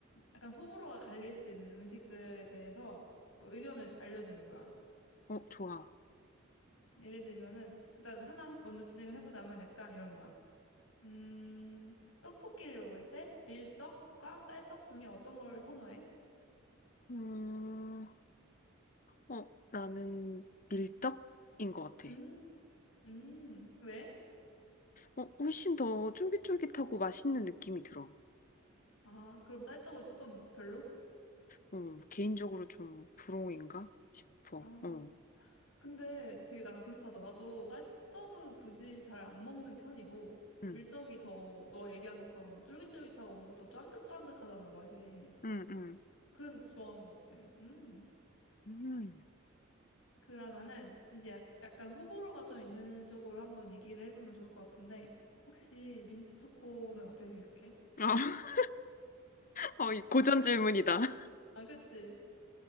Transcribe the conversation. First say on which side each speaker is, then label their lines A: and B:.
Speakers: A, on the left; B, on the left.
A: 약간 호불호가 갈릴 수 있는 음식들에 대해서 뭐 의견을 알려주는 거야.
B: 어, 좋아.
A: 예를 들면은, 일단 하나 먼저 진행을 해보자면 약간 이런 거야. 음, 떡볶이를 먹을 때 밀떡과 쌀떡 중에 어떤 걸 선호해?
B: 음, 어, 나는 밀떡인 것 같아.
A: 음, 음, 왜?
B: 어, 훨씬 더 쫄깃쫄깃하고 맛있는 느낌이 들어.
A: 아, 그럼 쌀떡은 조금 별로?
B: 어, 개인적으로 좀 부러움인가 싶어.
A: 아.
B: 어,
A: 근데 되게 나랑 비슷하다. 나도 쌀떡은 굳이 잘 안 먹는 편이고,
B: 음,
A: 밀떡이 더, 너 얘기한 것처럼 쫄깃쫄깃하고 뭔가 더 쫀득쫀득하잖아, 맛이.
B: 음, 음.
A: 그래서 더 좋아하는 것 같아. 음.
B: 음.
A: 그러면은, 이제 약, 약간 호불호가 좀 있는 쪽으로 한번 얘기를 해보면 좋을 것 같은데, 혹시 민트 초코는 어떻게 생각해?
B: 어, <laughs> 어, 이 고전 질문이다. <laughs>
A: 아, 그치?